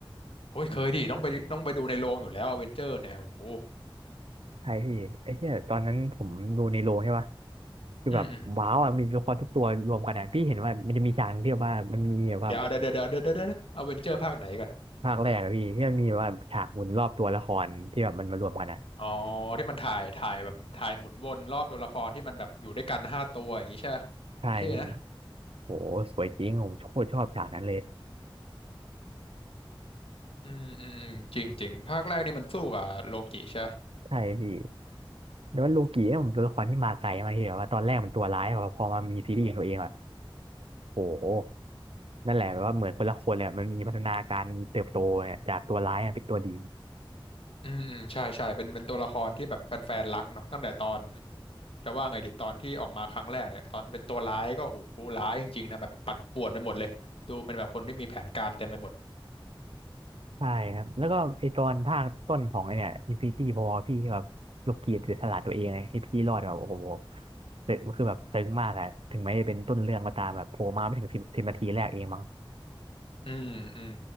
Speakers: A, on the left; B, on the right.
A: โอ้ยเคยดิต้องไปต้องไปดูในโรงอยู่แล้วอเวนเจอร์เนี่ยโอ้โห
B: ใช่พี่ไอ้เหี้ยตอนนั้นผมดูในโรงใช่ป่ะคือแบบว้าวอ่ะมีตัวละครทุกตัวรวมกันอ่ะพี่เห็นว่ามันจะมีฉากหนึ่งที่แบบว่ามันมีแบบว่า
A: อืมอืมเดี๋ยวเดี๋ยวเดี๋ยวเดี๋ยวเดี๋ยวเดี๋ยวอเวนเจอร์ภาคไหนกัน
B: ภาคแรกอะพี่ที่มันมีแบบว่าฉากหมุนรอบตัวละครที่แบบมันมารวมกันอ่ะ
A: อ๋อที่มันถ่ายถ่ายแบบถ่ายหมุนวนรอบตัวละครที่มันแบบอยู่ด้วยกันห้าตัวอย่างงี้ใช่ปะ
B: ใช่พี่
A: เท่นะ
B: โหสวยจริงผมโคตรชอบฉากนั้นเลย
A: อืมอืมอืมจริงจริงภาคแรกนี่มันสู้กับโลกิใช่
B: ใช่พี่แล้วว่าโลกิเนี่ยผมตัวละครที่มาไกลมากที่แบบว่าตอนแรกมันตัวร้ายอะพอมามีซีรีส์ของตัวเองอ่ะโหนั่นแหละแบบว่าเหมือนคนละคนเลยอะมันมีพัฒนาการมีเติบโตเนี่ยจากตัวร้ายอะเป็นตัวดี
A: อืมอืมใช่ใช่เป็นเป็นตัวละครที่แบบแฟนๆรักเนาะตั้งแต่ตอนจะว่าไงดีตอนที่ออกมาครั้งแรกเนี่ยตอนเป็นตัวร้ายก็โหร้ายจริงๆนะแบบปั่นป่วนไปหมดเลยดูเป็นแบบคนที่มีแผนการเต็มไปหมด
B: ใช่ครับแล้วก็ไอตอนภาคต้นของไอเนี่ย Infinity War พี่แบบยกเกียรติเสียสละตัวเองไงให้พี่รอดแบบโอ้โหเตะมันคือแบบซึ้งมากอะถึงแม้จะเป็นต้นเรื่องก็ตามแบบโผล่มาไม่ถึงสิบสิบนาทีแรกเองมั้ง
A: อืมอืม